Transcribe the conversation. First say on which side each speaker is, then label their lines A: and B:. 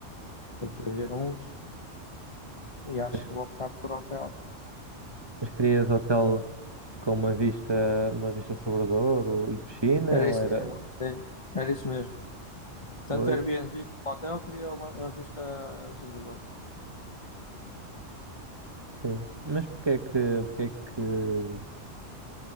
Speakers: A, on the left; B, on the right.
A: Estou aqui a ver uns e acho
B: Mas,
A: que vou optar por hotel.
B: mas querias hotel com uma vista, uma vista sobre o Douro e piscina,
A: Era
B: ou
A: isso
B: era,
A: mesmo, sim. Era isso mesmo. Tanto
B: Pois,
A: Airbnb como hotel queria uma, uma vista sobre o Douro.
B: sim. Mas porque é que, porque é que